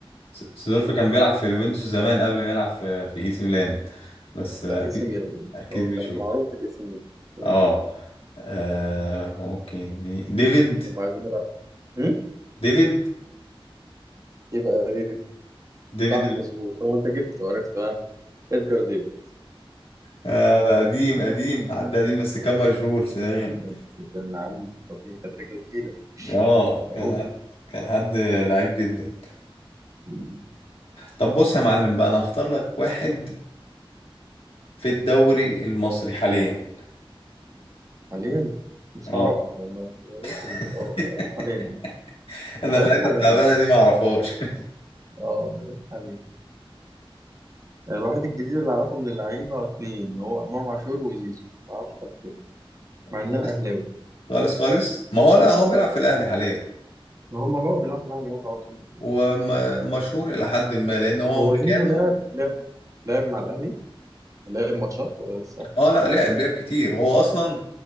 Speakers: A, on the left (about 75°); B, on the right (about 35°).
A: س- سيدورف كان بيلعب في اليوفنتوس زمان قبل ما يلعب في في اي سي ميلان بس آه،
B: لا
A: اكيد
B: اي سي ميلان
A: اكيد
B: مش هو
A: مش
B: كان
A: هو
B: معروف بالاي سي ميلان مم.
A: اه آه، ممكن مي- ديفيد
B: وبعدين راح هم؟
A: ديفيد
B: يبقى ديفيد
A: ديفيد
B: صح
A: ال-
B: مظبوط هو انت جبته عرفته ها ادجار ديفيد
A: آه ده قديم قديم حد قديم بس كان مشهور زمان
B: بس كان لعيب فظيع كانت رجله تقيله
A: اه
B: صاروخ
A: كان حد كان حد لعيب جدا
B: مم.
A: طب بص يا معلم بقى انا هختار لك واحد في الدوري المصري حاليا
B: حاليا مش
A: اه
B: هعرف ما ما- بلاش
A: <laughs>
B: ال- آه، بلاش حاليا
A: انا
B: بلاش
A: اللعيبه
B: حاليا
A: التعبانه دي ما اعرفهاش <laughs>
B: اه بلاش حاليا يعني الواحد الجديد اللي اعرفه من اللعيبه اثنين هو امام عاشور وزيزو ما اعرفش حد تاني
A: طيب.
B: مع ان انا اهلاوي
A: خالص خالص ما هو لا هو بيلعب في الاهلي حاليا
B: ما هم بقوا بيلعبوا في الاهلي هو خلاص هما كده.
A: ومشهور الى حد ما لان هو
B: هو
A: مكانه
B: زيزو لعب لعب لعب مع الاهلي لعب ماتشات ولا لسه؟
A: اه لا لعب لعب كتير هو اصلا